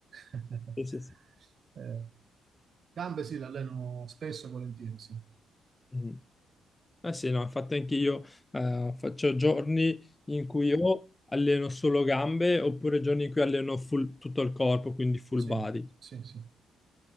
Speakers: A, on the right; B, on the left.
A: <laughs>
B: Sì, sì, sì.
A: Eh, gambe sì, le alleno spesso e volentieri, sì,
B: Mm. Eh sì, no, infatti anche io eh, faccio giorni in cui o alleno solo gambe oppure giorni in cui alleno full- tutto il corpo, quindi full
A: sì,
B: body,
A: sì, sì.